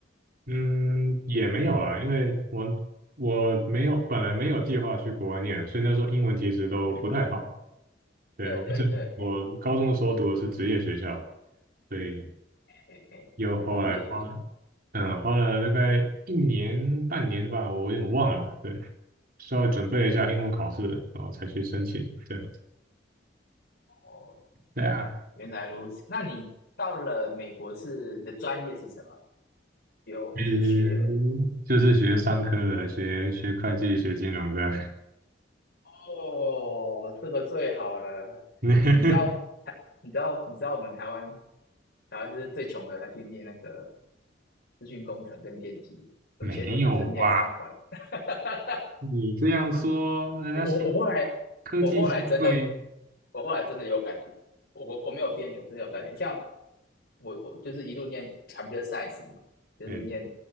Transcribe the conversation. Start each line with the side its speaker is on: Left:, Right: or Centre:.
Right: 嗯，也没有啦，因为我我没有本来没有计划去国外念，所以那时候英文其实都不太好。对，
Left: 对对对，
Right: 我只我高中的时候读的是职业学校，
Left: 嘿
Right: 所以。
Left: 嘿嘿，
Right: 又后来花了，
Left: 职业学校。
Right: 嗯，花了大概一年半年吧，我有点忘了。对，稍微准备了一下英文考试，然后才去申请这样子
Left: 哦，
Right: 对啊，
Left: 原来如此。那你到了美国是你的专业是什么？有去学？
Right: 嗯，就是学商科的，学学会计、学金融的。
Left: 哦，这个最好了。
Right: <laughs>
Left: 你知道台，你知道，你知道我们台湾，台湾就是最穷的，他去念那个资讯工程跟电机，有钱人都是念商管。
Right: 没有吧？
Left: <laughs>
Right: 你这样说，人家新
Left: 我我我后来，
Right: 科技新贵，
Left: 我后来真的，我后来真的有感觉，我我我没有编你，我真的有感觉。像我我就是一路念 computer science 嘛，就是念
Right: 哎，